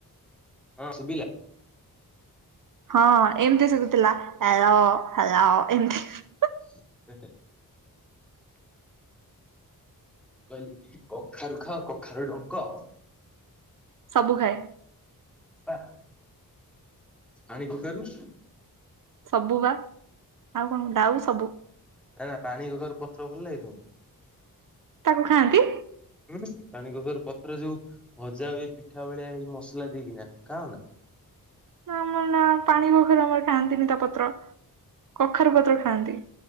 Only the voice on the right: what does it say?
ହଁ ଏମିତି ଶୁବୁଥିଲା ହେଲୋ ହେଲୋ ଏମିତି।
ସବୁ ଖାଏ।
ସବୁ ବା ଆଉ କଣ ଡାଉ ସବୁ।
ତାକୁ ଖାଆନ୍ତି।
ନା ଆମର ନା ପାଣି କଖାରୁ ଆମର ଖାଆନ୍ତିନି ତା ପତ୍ର କଖାରୁ ପତ୍ର ଖାଆନ୍ତି।